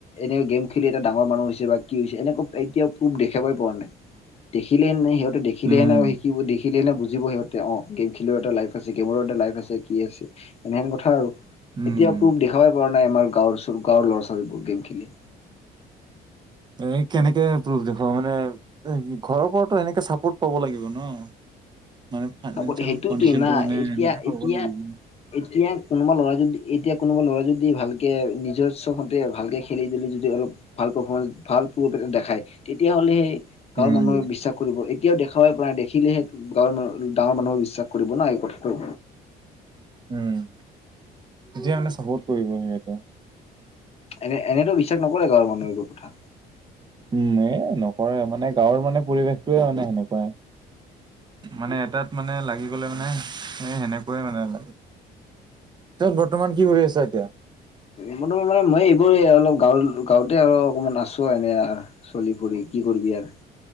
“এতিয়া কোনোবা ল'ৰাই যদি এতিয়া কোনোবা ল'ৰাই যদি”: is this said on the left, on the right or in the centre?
Left